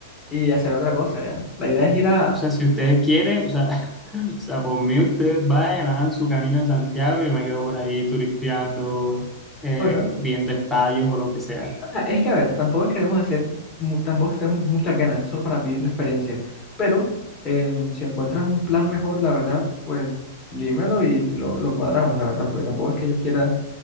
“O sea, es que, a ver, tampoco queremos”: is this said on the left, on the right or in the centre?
Left